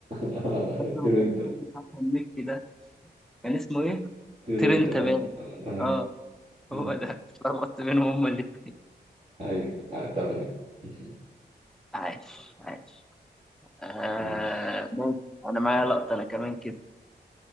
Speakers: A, on the right; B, in the centre.
A: <laughs>
B: فاكره
A: طير
B: اللي كان
A: أنت
B: فيلم بتاع أحمد مكي ده كان اسمه ايه؟
A: طير
B: طير
A: أنت
B: انت
A: اه
B: باين
A: أيوه
B: اه
A: مم.
B: هو ده اتلخبطت بينهم هما الاتنين
A: أيوه آه، تمام <laughs>
B: عايش عايش آه
A: ماشي
B: ماشي انا معايا لقطه انا كمان كده